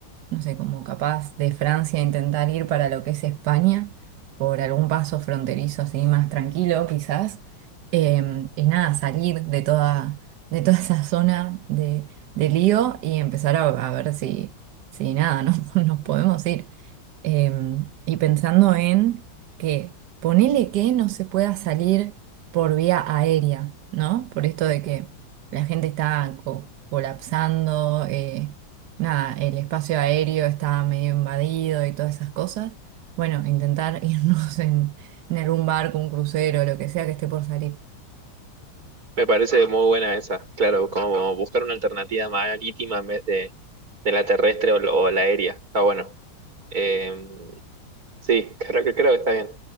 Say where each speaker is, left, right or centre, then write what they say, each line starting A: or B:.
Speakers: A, on the right; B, on the right.
A: no sé, como capaz de Francia intentar ir para lo que es España, por algún paso fronterizo así más tranquilo quizás, Eh, y nada, salir de toda, de toda esa zona de, de lío y empezar a, a ver si, si nada, <laughs> no, nos podemos ir. Eh, y pensando en que ponele que no se pueda salir por vía aérea, ¿no? Por esto de que la gente está co- colapsando, eh, nada, el espacio aéreo estaba medio invadido y todas esas cosas. Bueno, intentar <laughs> irnos en, en algún barco, un crucero, lo que sea que esté por salir.
B: Me parece muy buena esa, claro, como buscar una alternativa marítima en vez de, de la terrestre o, lo- o la aérea. Está bueno. Eh, Sí, <laughs> creo, que creo que está bien.